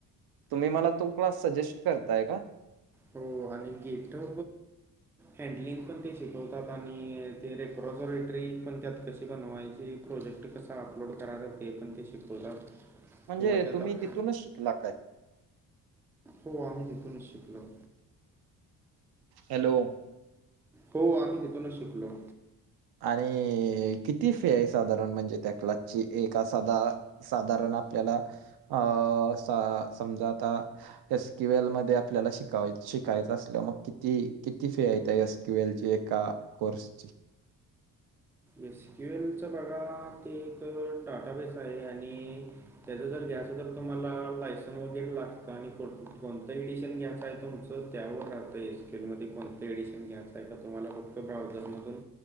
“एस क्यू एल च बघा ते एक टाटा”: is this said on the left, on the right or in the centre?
Centre